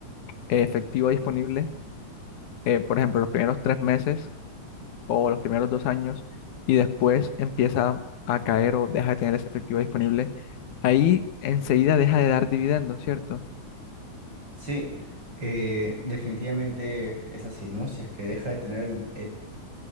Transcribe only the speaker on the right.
Sí, eh, definitivamente es así, ¿no? Si es que deja de tener el,